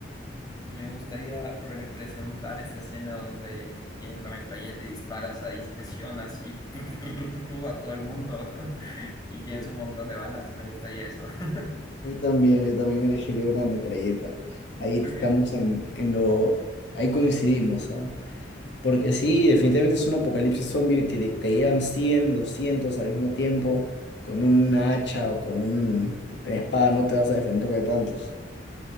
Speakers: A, on the left; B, on the left.
A: Me gustaría representar esa escena donde tienes la metralleta y disparas a discreción, así <laughs> a todo el mundo
B: Ujú.
A: <laughs> y tienes
B: Sí,
A: un montón de balas. Me gustaría eso. <laughs>
B: a mí también, yo también elegiría una metralleta. Ahí
A: Creo
B: estamos
A: que,
B: en, en lo, ahí coincidimos, ¿ah? Porque sí, definitivamente es un apocalipsis zombie, y te, te llegan 100, 200 al mismo tiempo, con un hacha o con un espada no te vas a defender de tantos.